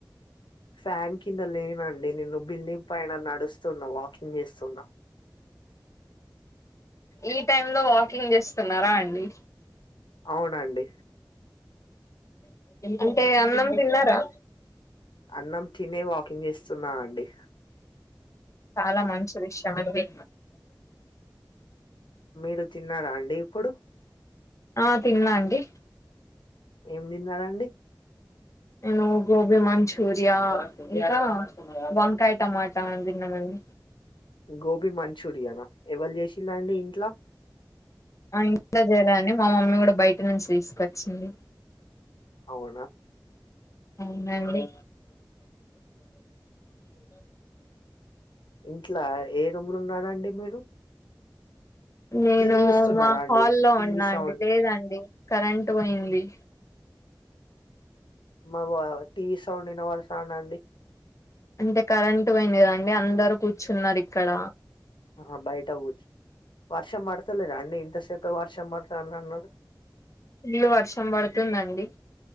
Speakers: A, on the left (about 85°); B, on the left (about 40°).
A: ఫ్యాన్ కింద లేనండి నేను బిల్డింగ్ పైన నడుస్తున్నా వాకింగ్ చేస్తున్నా
B: ఈ టైమ్ లో వాకింగ్ చేస్తున్నారా అండి
A: అవునండి
B: అంటే అన్నం తిన్నారా
A: అన్నం తినే వాకింగ్ చేస్తున్నాం అండి
B: చాలా మంచి విషయం అండి
A: మీరు తిన్నారా అండి ఇప్పుడు
B: ఆ తిన్నా అండి
A: ఏం తిన్నారండి
B: నేను గోబి మంచూరియా ఇక వంకాయ టమాటా తిన్నామండి
A: గోబీ మంచూరియన్ ఎవళ చేసిలాండి ఇంట్లో
B: ఆ ఇంట్లో చేయర్ అండి మా మమ్మీ కూడా బయట నుంచి తీసుకొచ్చింది
A: అవునా
B: అవనంది
A: ఇంట్లా ఏ రూమ్ లో ఉన్నాడా అండి మీరు
B: నేను
A: టీవీ చూస్తున్నారా
B: మా
A: అండి
B: హాల్లో
A: టీవీ
B: ఉన్నా
A: సౌండ్
B: అండి లేదండి కరెంట్ పోయింది
A: మా బా టీవీ సౌండ్న వారు సడ్ అండి
B: అంటే కరెంటు పోయిదండి అందరు కూర్చున్నారు ఇక్కడ
A: ఆ బయట ఊచ్చ వర్ష పడతల అంది ఇంతసేపు వర్ష మతా అన్న అన్నది
B: ఫుల్ వర్షం పడుతుందండి